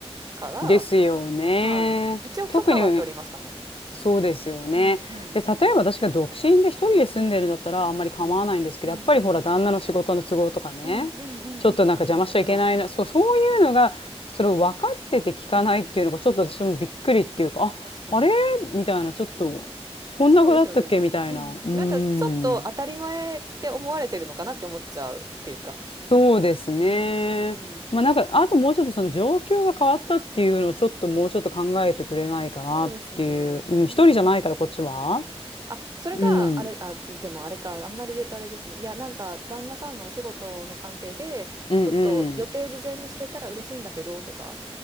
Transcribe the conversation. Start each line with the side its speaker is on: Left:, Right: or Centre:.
Right: から、
Left: ん。ですよね。
Right: はい。一応許可は取りますかね。
Left: 特に、そうですよね。
Right: うんうん。
Left: で、例えば私が独身で一人で住んでるんだったらあんまり構わないんですけど、
Right: はい。うんうん。
Left: やっぱりほら、旦那の仕事の都合とかね、
Right: うんうんうんうん。
Left: ちょっとなんか邪魔しちゃいけないな、
Right: もちろんもちろん。
Left: そう、そういうのが、それを分かってて聞かないっていうのが、
Right: うんうん。
Left: ちょっと私もびっくりっていうか、
Right: 確かに。
Left: あ、あれみたいな、ちょっと、こんな子だったっけみたいな。
Right: そうですよね。うん。
Left: うーん。
Right: なんかちょっと当たり前って思われてるのかなって思っちゃうっていうか。
Left: そうですね。
Right: うんうんうん。
Left: まあなんか、あともうちょっとその状況が変わったっていうのをちょっともうちょっと考えてくれないかなっていう。
Right: そうですね。
Left: うん、
Right: うんうん。
Left: 一人じゃないから、こっちは。
Right: あ、それうが、
Left: うん。
Right: あん。れ、あ、でもあれか、あんまり言うとあれですね。いや、なんか、旦那さんのお仕事の関係で、
Left: うんうん。
Right: ちょっと予定事前に知れたら嬉しいんだけど、とか。